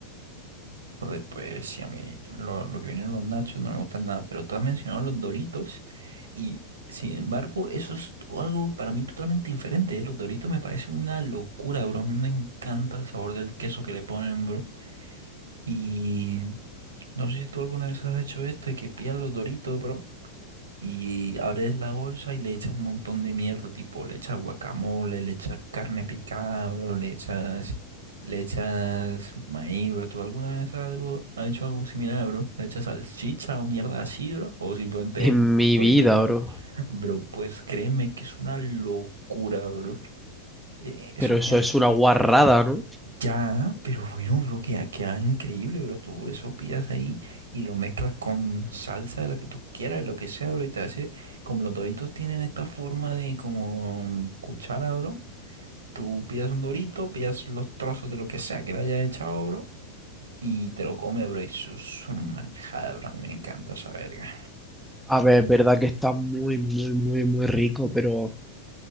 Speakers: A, on the right; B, in the centre.
A: Joder, pues sí, a mí lo, lo que vienen los nachos no me gustan nada, pero tú has mencionado los Doritos y sin embargo eso es to- algo para mí totalmente diferente, ¿eh? Los Doritos me parecen una locura, bro. A mí me encanta el sabor del queso que le ponen, bro. Y no sé si tú alguna vez has hecho esto y que pillas los Doritos, bro. Y abres la bolsa y le echas un montón de mierda, tipo, le echas guacamole, le echas carne picada, bro, le echas, le echas maíz, bro. ¿Tú alguna vez algo, has hecho algo similar, bro? ¿Le echas salchicha o mierda así, bro? ¿O simplemente
B: en mi
A: Doritos?
B: vida, bro.
A: <laughs> Bro, pues créeme que es una locura, bro. Eh, eso,
B: Pero eso es una guarrada, ¿no?
A: ya, pero bueno, bro, queda, queda increíble, bro. Tú eso pidas ahí y lo mezclas con salsa de la que tú quieras, de lo que sea, bro. Y te hace, como los doritos tienen esta forma de como cuchara, bro. Tú pidas un dorito, pidas los trozos de lo que sea que le haya echado, bro. Y te lo comes, bro. Y eso es un manjada, bro. A mí me encanta esa verga.
B: A ver, es verdad que está muy, muy, muy, muy rico, pero